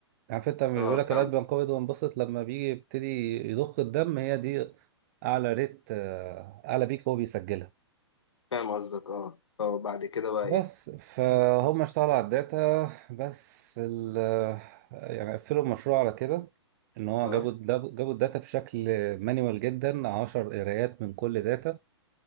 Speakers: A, on the right; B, on the left.
A: عارف انت لما
B: اه
A: بيقول لك
B: فاهم
A: القلب بينقبض وينبسط لما بيجي يبتدي يضخ الدم هي دي اعلى ريت آه، اعلى بيك هو بيسجلها
B: فاهم قصدك اه اه بعد كده بقى
A: بس
B: ايه
A: فهم اشتغلوا على الداتا بس ال يعني قفلوا المشروع على كده ان هو
B: اه
A: جابوا جابوا الداتا بشكل مانيوال جدا 10 قرايات من كل داتا